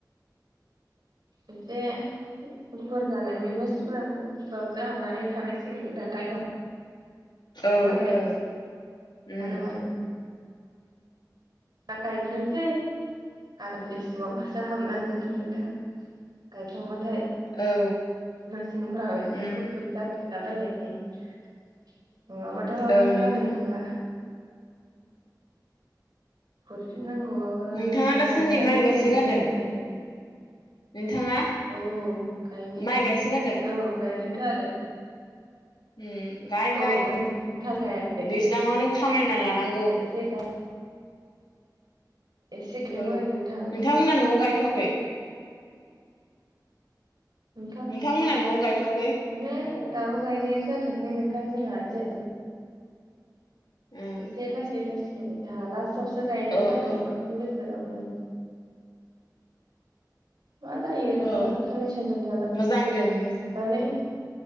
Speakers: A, on the right; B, on the left.
A: एसे गुफुर जानायनि सिगांफोरावसो हाबनानै थानाय सिगोन नोंथां गाय <unintelligible>
B: औ
A: खांबाथाय
B: औ उम
A: आरो मारै दा गायग्रोनसै आरामसे सिंङाव हाबनानै थांनसै नोंथां। गायखांबाथाय
B: औ
A: मेसेंफ्राव एसे
B: उम
A: गुफुर जा गलाबायायनायनि नंङाबाथ'
B: औ
A: जानाय
B: नोंथां
A: नंला। फुरफिननांगौबाबो
B: नोंथाङा
A: बिराद
B: दासान्दि
A: टाइम
B: माइ
A: दं
B: गायसोगारदों
A: । गोसोम जानो
B: नोंथाङा
A: औ गायनाय
B: माइ गायसोगारदों
A: औ गायदोंथ' आरो।
B: उम गाय
A: औा
B: गाय
A: <inaudible> दोंथाल गायाखै
B: दैज्लाङावनो खामायना लानांगौ
A: एसे <inaudible> एसे गायदोंमोन
B: ओं ।नोंथांमोना
A: नोंथां
B: न'आव गायथ'वाखै?
A: नोंथां
B: नोंथांमोना न'आव गायथ'वाखै
A: ओंहो दाबो गायनायानो जाथ'वाखै नोंथां जोंहा एसे
B: उम
A: एसेलासिग जाला <unintelligible> <inaudible> फसावसो गायनाय
B: औ
A: जाखायो
B: औ
A: बांसिन बोसोरावनो। मा जायो र'
B: औ
A: सानै सानथाम थाना
B: मोजां दे नों मोजां
A: थानानैै